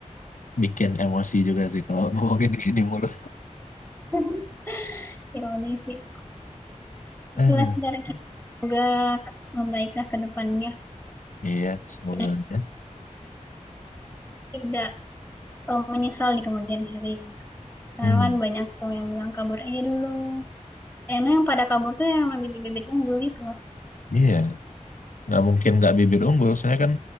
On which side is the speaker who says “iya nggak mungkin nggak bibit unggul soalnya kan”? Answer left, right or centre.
Left